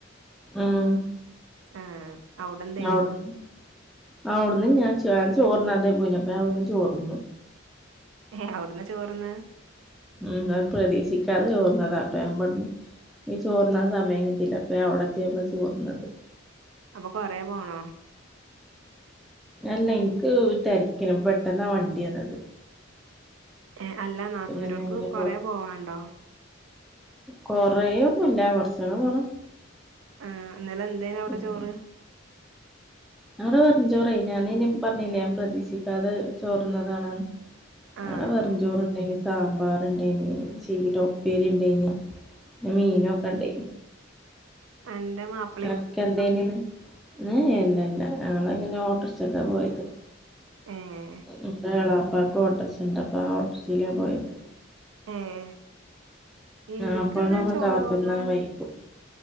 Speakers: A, in the centre; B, on the right.
A: ഉം
B: ആഹ് അവിടെ എന്തേനു
A: അവ്ട്ന്ന് ആ അവ്ടുന്ന് ഞാൻ ചോ ചോറുണ്ണാതേ പോയ്നേ അപ്പം ഞാൻ അവിടുന്ന് ചോർന്നു.
B: ഏഹ് അവിട്ന്ന ചോറ്ന്നത്
A: ഉം അത് പ്രതീക്ഷിക്കാതെ ചോർന്നതാട്ടോ ഞാൻ ഇബട്ന്ന് ഈ ചോർണ്ണാൻ സമയം കിട്ടീല്ല അപ്പ ഞാൻ അവിടെത്തിയപ്പളാ ചോറ്ന്നത്.
B: അപ്പ കൊറെ പോണോ
A: അല്ല എനിക്ക് തെരക്കിനം പെട്ടെന്നാ വണ്ടിയന്നത്.
B: ഏഹ് അല്ല നാത്തൂന്റോർക്ക്
A: ഞാൻ അങ്ങനെ
B: കൊറേ പോവാണ്ടോ
A: കൊറെയൊന്നുല്ല കൊറച്ചങ്ങു പോണം.
B: ആഹ് ഇന്നെലെന്തേനവിട
A: ഉം
B: ചോറ്
A: അവിടെ വെറുഞ്ചോറേ ഞാനിനീം പറഞ്ഞില്ലേ ഞാൻ പ്രതീക്ഷിക്കാതെ ചോറ്ന്നതാണെന്ന്. ഞങ്ങട
B: ആഹ്
A: വെറുഞ്ചോറിണ്ടെങ്കി സാമ്പാറെണ്ടേയിന് ചീര ഉപ്പേരിണ്ടേയിന് പിന്ന മീനൊക്ക ഇണ്ടേയിന്
B: അന്റ മാപ്പ്
A: തനിക്കെന്തെങ്കിലും ഊം ഇല്ല ഇല്ല ഞങ്ങളങ്ങിന ഓട്ടറിക്ഷക്കാ പോയത്.
B: ഏഹ്
A: ഇൻ്റെളാപ്പാക്ക് ഒട്ടോറിക്ഷ ഇണ്ട് അപ്പ ആഹ് ഓട്ടോറിക്ഷലാ പോയത്.
B: ഏഹ് ഇൻക്കിന്ന്
A: ആപ്പൾനൊന്നും
B: ചോറും.
A: കാത്ത്ന്നാ വൈകും